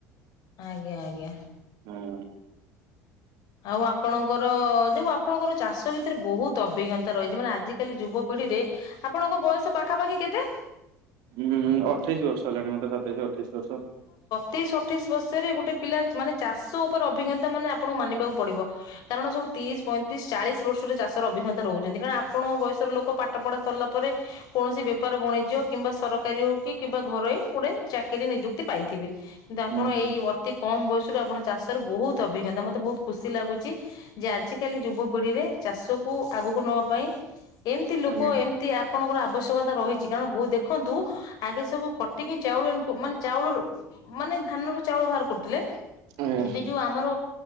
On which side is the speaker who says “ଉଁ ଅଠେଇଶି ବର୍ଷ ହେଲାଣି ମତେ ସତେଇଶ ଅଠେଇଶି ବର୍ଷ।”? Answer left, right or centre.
Right